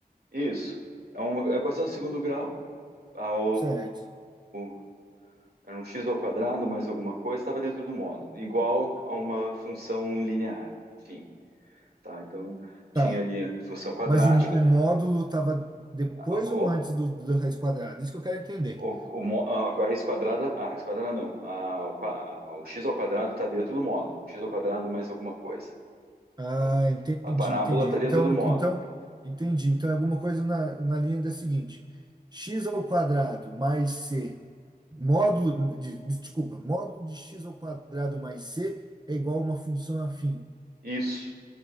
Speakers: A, on the right; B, on the right.
A: Isso. É uma equação de segundo grau. ao,
B: Certo.
A: ao- era um x ao quadrado mais alguma coisa, estava dentro do módulo, igual a uma função linear, enfim, tá? Então,
B: Tá.
A: tinha ali a função quadrática,
B: Mas o, o módulo estava depois
A: a- o,
B: ou antes do, do raiz quadrada? Isso que eu quero entender.
A: o, o, mo- a raiz quadrada, a raiz quadrada não, a, o, qua- a- o x ao quadrado está dentro do módulo, x ao quadrado mais alguma coisa,
B: Ah,
A: tá?
B: entendi,
A: A parábola
B: entendi.
A: está dentro
B: Então,
A: do módulo,
B: então, entendi. Então é alguma coisa na, na linha da seguinte: x ao quadrado mais c, módulo, de, desculpa, módulo de x ao quadrado mais c é igual a uma função afim.
A: isso.